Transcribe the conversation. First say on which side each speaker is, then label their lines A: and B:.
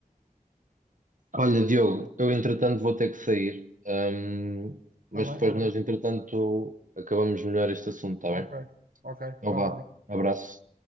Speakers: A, on the right; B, on the right.
A: Olha, Diogo, eu entretanto vou ter que sair, hum, mas
B: Tá bem,
A: depois
B: tá bem.
A: nós entretanto acabamos melhor este assunto, está
B: Ok,
A: bem?
B: ok.
A: Então
B: Vá
A: vá,
B: um abraço.
A: abraço.